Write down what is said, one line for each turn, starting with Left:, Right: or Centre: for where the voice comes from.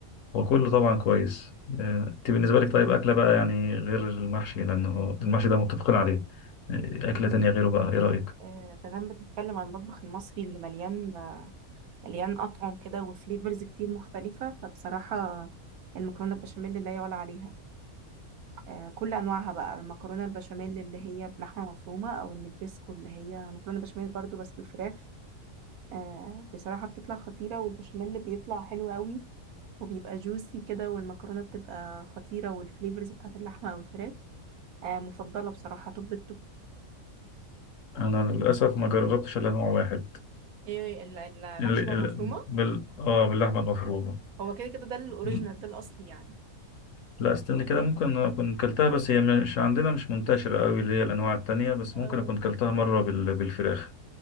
Left: وكله طبعا كويس آه، انت بالنسبة لك طيب أكلة بقى يعني غير المحشي لأنه المحشي ده متفقين عليه آه، أكلة تانية غيره بقى إيه رأيك؟
Right: آه، ما دام بنتكلم عن المطبخ المصري اللي مليان مليان أطعم كده وفليفرز كتير مختلفة فبصراحة المكرونة البشاميل لا يعلى عليها آه كل أنواعها بقى المكرونة البشاميل اللي هي بلحمة مفرومة أو النجريسكو اللي هي مكرونة بشاميل برضو بس بالفراخ آه بصراحة بتطلع خطيرة والبشاميل اللي بيطلع حلو قوي وبيبقى جوسي كده والمكرونة بتبقى خطيرة والفليفرز بتاعت اللحمة أو الفراخ آه مفضلة بصراحة توب التوب
Left: أنا للأسف ما جربتش إلا نوع واحد
Right: ايه ال- ال- اللحمه
Left: ال... ال...
Right: المفرومه
Left: بال... آه باللحمة المفرومة
Right: هو كده كده ده الاوريجينال
Left: م-
Right: ده الاصلي يعني
Left: لا استنى كده ممكن أكون كلتها بس هي مش عندنا مش منتشرة قوي اللي هي الأنواع التانية بس
Right: اه
Left: ممكن أكون كلتها مرة بال... بالفراخ